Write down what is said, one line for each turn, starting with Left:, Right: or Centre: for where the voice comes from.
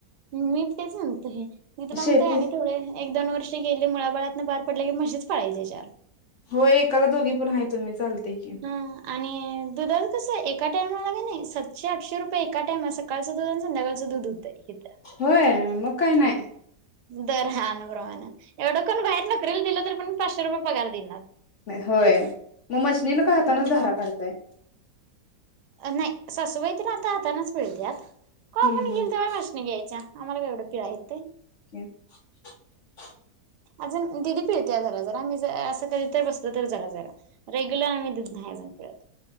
Right: हम मी तेच म्हणतोय मी तुला
Left: शेती
Right: म्हणतोय आणि थोडे- एक दोन वर्षी गेले मुलाबाळातं पार पडले की म्हशीच पळायचे चार-
Left: होय एकाला दोघी पण आहे तु मी चालते की,
Right: ह आणि दुधााच कसं एका टायमाला क नाही सातशे आठशे रुपये एका टाइम असं, सकाळचं दूध आणि संध्याकाळच दूध होतंय इथं.
Left: होय मग काय नाही.
Right: दर हान प्र्रमाण एवढं कोण बाहेर नोकरीला दिलं तर पण पाचशे रुपये पगार देनार.
Left: होय मग मशनीन का हाताानच
Right: मग
Left: धारा काढताय.
Right: नाही सासू बाई त आता हातानाच पिळतेत कवा
Left: हम्म
Right: पण
Left: हम्म
Right: गेल तेव्हा म- नाही घ्यायच्या आम्हाला काय एवढं पिळायला येतय.
Left: <inaudible>
Right: अजुन दिदी पिळते जरा जरा मी असं कधी तर बसलं तर जरा जरा. रेग्युलर आम्ही दूध नाही जावुन पिळत.